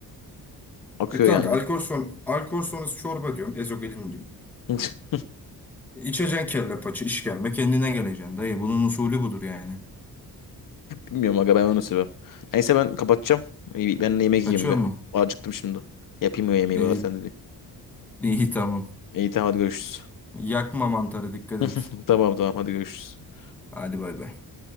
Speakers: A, on the left; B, in the centre.
A: Akıyor
B: E kanka
A: yani.
B: alkol, son, alkol sonrası çorba diyorum. Ezogelin diyorum.
A: <laughs>
B: E, İçeceksin kelle paça işkembe kendine geleceksin dayı. Bunun usulü budur yani.
A: Bilmiyorum aga ben onu seviyorum. Neyse ben kapatacağım. İyi, Ben de yemek
B: Kaçıyor
A: yiyeyim bir.
B: mu?
A: Acıktım şimdi. Yapayım o yemeği
B: İyi,
A: bari sen de.
B: iyi tamam.
A: İyi tamam hadi görüşürüz.
B: Yakma mantarı dikkat et.
A: <laughs> Tamam tamam hadi görüşürüz.
B: Hadi bay bay.